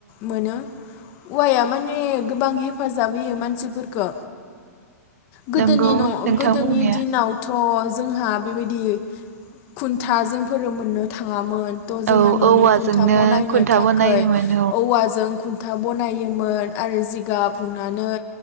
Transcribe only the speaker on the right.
नंगौ
नोंथां
बुंनाया
औ
औवाजोंनो
खुन्था
बनायोमोन